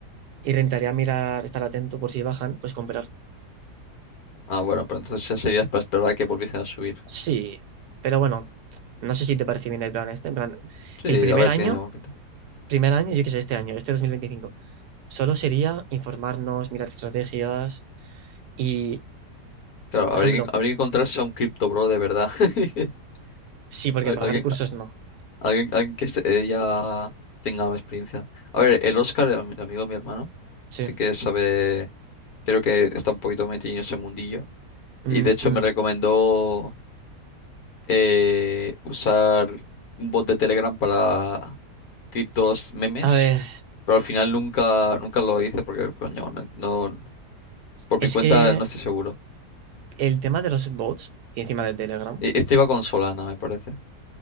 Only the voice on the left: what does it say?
Ah, bueno, pero entonces ya sería para esperar a que volviesen a subir.
Sí,
a ver,
tiene buena pinta.
Claro,
habría
que, habría que encontrarse a un cripto bro de verdad. <laughs>
Al-
Alguien,
alguien, alguien que se- eh, ya tenga experiencia. A ver, el Oscar, el, am- el amigo de mi hermano,
sí que sabe, creo que está un poquito metido en ese mundillo.
Y de hecho me recomendó eh, usar un bot de Telegram para criptos memes,
pero al final nunca, nunca lo hice porque, coño, no, no- por
mi cuenta
no estoy seguro.
E- Este iba con Solana, me parece.